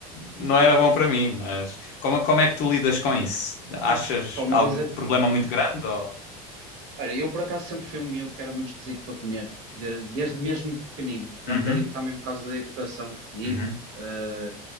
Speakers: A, on the left; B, on the right.
A: não era bom para mim. Mas como, como é que tu lidas com isso? Achas
B: É uma, co- pá, uma
A: algum
B: coisa.
A: problema muito grande? Ou...
B: Olha, eu por acaso sempre fui um miúdo que era muito esquisito para comer, de- desde mesmo de pequenino. É
A: Uhum,
B: um bocadinho também por causa da educação que tive.
A: uhum,
B: ah,